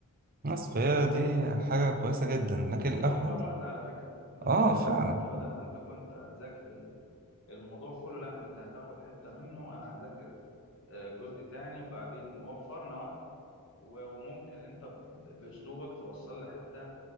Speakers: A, on the right (about 40°); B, on the left (about 60°).
A: بس فهي دي حاجة كويسة جدا لكن
B: وبتوفر
A: الأبحاث
B: وقت على فكرة بتوفر
A: اه فعلا
B: إن أنت بدل ما أنت كنت هتذاكر ال- الموضوع كله لا أنت هتاخد حتة منه وأنا هذاكر آه، جزء تاني وبعدين وفرنا وقت و- وممكن أنت ب- بأسلوبك توصل لحتة